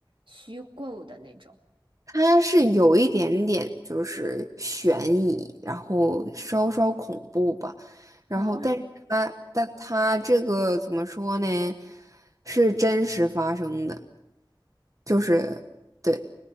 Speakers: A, on the right; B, on the right.
A: 虚构的那种？
B: 它是有一点点就是悬疑，然后稍稍恐怖吧，然后但是它但它这个怎么说呢，
A: 啊，
B: 是真实发生的，就是对